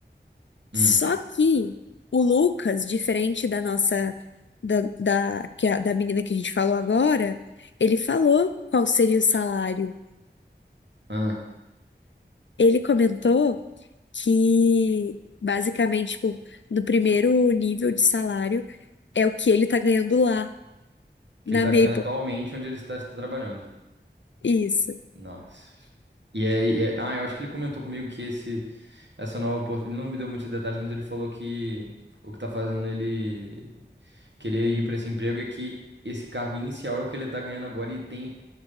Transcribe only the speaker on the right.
Hum.
Ah,
que
ele tá
ganhando atualmente onde ele está, está trabalhando.
Nossa. senhora. E é, e é- ah, eu acho que ele comentou comigo que esse, essa nova oportunidade. Ele não me deu muitos detalhes, mas ele falou que o que tá fazendo ele. querer ir para esse emprego é que esse cargo inicial é o que ele tá ganhando agora e tem,